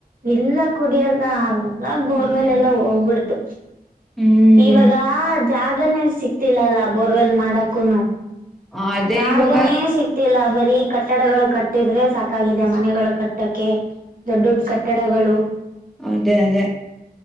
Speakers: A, on the right; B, in the centre.
A: ಇಲ್ಲ ಕುಡಿಯ ಎಲ್ಲ ಅವೆಲ್ಲ ಬೋರ್
B: ಹ್ಮ್
A: ಮೇಲೆ ಎಲ್ಲಾ ಹೋಗ್ಬಿಡ್ತು
B: ಹ್ಮ್
A: ಇವಾಗ ಜಾಗನೇ ಸಿಕ್ತಿಲ್ಲ ಅಲ್ಲ ಬೋರ್ವೆಲ್ ಮಾಡಕೂ
B: ಅದೇ
A: ಯಾಗನ
B: ಇವಾಗ
A: ಸಿ <unintelligible> <unintelligible> ಲ್ಲ ಬರೀ ಕಟ್ಟಡಗಳು ಕಟ್ಟಿದ್ರೆ ಸಾಕಾಗಿದೆ ಮನೆಗಳು ಕಟ್ಟ ಕಟ್ಟಕೆ ದೊಡ್ಡ ದೊಡ್ಡ ಕಟ್ಟ ಕತ್ತಡಗಳು
B: ಅದೇ ಅದೇ